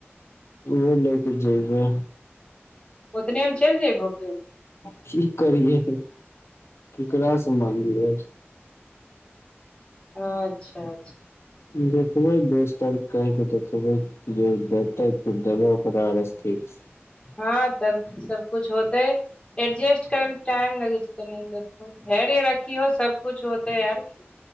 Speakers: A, on the left (about 75°); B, on the left (about 25°).
A: ओहो लऽ कऽ जेबै।
B: ओतने हम चैल जेबहो तु?
A: की करियै? हम केकरासँ मंगियै?
B: अच्छा अच्छा
A: देखबै दस तारिख कहिके देखबै? जे देतै तऽ देबै, ओकरा <unintelligible> आवाज ठीक
B: हँ तब सबकुछ होतै एडजेस्ट करैमे टाइम लगे छै कनि धैर्य रखीयौ सब कुछ होतेै यार कि?